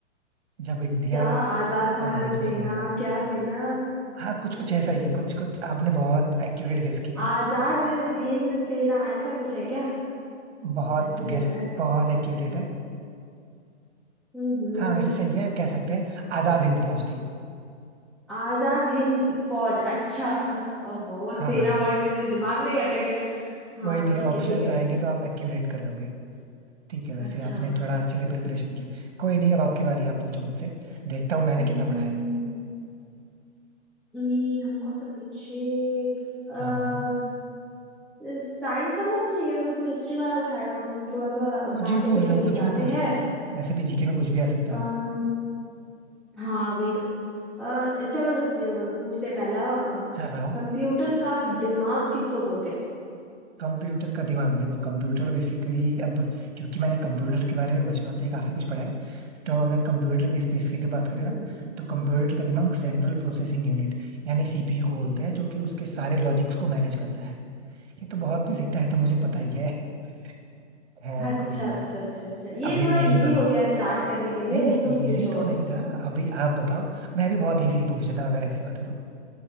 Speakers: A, on the right; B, in the centre.
A: जब इंडिया
B: क्या आजाद भारत
A: अंग्रेजों
B: सेना
A: से लड़ रहा
B: क्या
A: था
B: सेना
A: हाँ कुछ कुछ ऐसा ही है कुछ कुछ आपने बहुत एक्यूरेट गेस किया
B: आजाद
A: है
B: हिंद सेना ऐसा कुछ है क्या
A: बहुत
B: ऐसे ही
A: गेस
B: लग रहा है
A: बहुत एक्यूरेट है
B: हम्म
A: हाँ वैसे सही है कह सकते हैं आजाद हिंद फौज थी
B: आजाद हिंद फौज अच्छा अह, ओहो सेना
A: हाँ हाँ हाँ,
B: वर्ड मेरे दिमाग में ही अटक गया हाँ
A: कोई नहीं
B: ठीक
A: ऑप्शंस
B: है ठीक है
A: आएंगे तो आप एक्यूरेट कर लोगे ठीक है वैसे
B: अच्छा
A: आपने थोड़ा अच्छे से प्रिपरेशन की कोई नहीं अब आपकी बारी आप पूछो मुझसे देखता हूँ मैंने
B: हम्म
A: कितना पढ़ा है
B: हम्म, हम कौन सा पूछे अह,
A: हाँ हाँ
B: साइंस वाला पूछे ये तो तुम हिस्ट्री वाला उठाए हो हम थोड़ा सा
A: कुछ
B: साइंटिफिक
A: भी पूछ लो
B: लेके
A: कुछ
B: जाते
A: भी पूछ
B: हैं
A: लो वैसे भी जीके में कुछ भी आ सकता
B: अह,
A: है
B: हाँ वही तो अह, चलो अह, पूछते हैं पहला
A: हाँ हाँ
B: कंप्यूटर का दिमाग किसको बोलते हैं
A: कंप्यूटर का दिमाग देखो कंप्यूटर बेसिकली अब क्योंकि मैंने कंप्यूटर के बारे में बचपन से ही काफी कुछ पढ़ा है तो अगर कंप्यूटर के स्पेसिफिक की बात करें
B: हम्म
A: ना
B: हम्म।
A: तो कंप्यूटर का दिमाग सेंट्रल प्रोसेसिंग यूनिट यानी सीपीयू को बोलते हैं जो कि उसके सारे लॉजिक्स को मैनेज करता है ये तो बहुत बेसिक था ये तो मुझे पता ही है <laughs> खैर
B: अच्छा
A: कोई नहीं
B: अच्छा अच्छा अच्छा ये
A: अभी
B: थोड़ा
A: मेरी
B: इजी
A: बारी
B: हो गया है स्टार्ट करने के लिए
A: नहीं नहीं
B: तुम पूछो
A: इजी तो
B: अब
A: नहीं था अभी आप बताओ मैं भी बहुत इजी पूछ लेता हूँ अगर ऐसी बात है तो